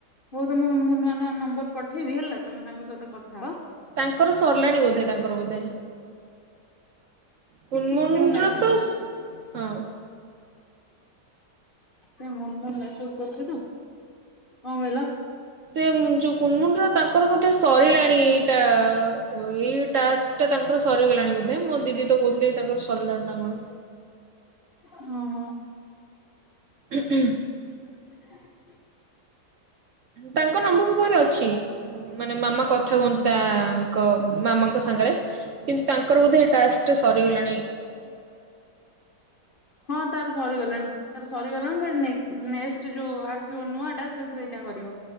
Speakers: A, on the left; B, on the right.
A: ହଉ ତ ମୁଁ ମୁଁ ନୂଆ ନୂଆ ନମ୍ବର ପଠେଇବି ହେଲା ତମେ ତାଙ୍କ ସହିତ କଥା ହବ।
B: ତାଙ୍କର ସରିଲାଣି ବୋଧେ ତାଙ୍କର ବୋଧେ। କୁନମୁନ
A: ଟିକେ ଗୋଟେ ମିନିଟ ଲାଇନରେ
B: ର ତ
A: ରହିଲ
B: ହଁ।
A: ସେ ମୁନମୁନ ମେସେଜ କରୁଛି ତ କଣ କହିଲ?
B: ସେ ଯୋଉ କୁନ୍ ମୁନ୍ ର ତାଙ୍କର ବୋଧେ ସରିଲାଣି ଏଇଟା ଏଇ ଟା ଟା ତାଙ୍କର ସରିଗଲାଣି ବୋଧେ ମୋ ଦିଦି ତ କହୁଥିଲେ ତାଙ୍କର ସରିଲାଣି ନା କଣ।
A: ଓ ହଁ ହଁ।
B: ହୁଁ।
A: <inaudible>
B: ତାଙ୍କ ନମ୍ବର ମୋ ପାଖରେ ଅଛି ମାନେ ମାମା କଥା
A: ହଁ
B: ହୁଅନ୍ତି ତା କ ମାମାଙ୍କ ସାଙ୍ଗରେ କିନ୍ତୁ ତାଙ୍କର ବୋଧେ ଏ ଟାକ୍ସ ଟା ସରିଗଲାଣି।
A: ହଁ ତାର ସରିଗଲାଣି। ତାର ସରିଗଲାଣି ନେ ନେଷ୍ଟ୍ ଯୋଉ ଆସିବ ନୂଆ ଟା ସେ ସେଇଟା କରିବ।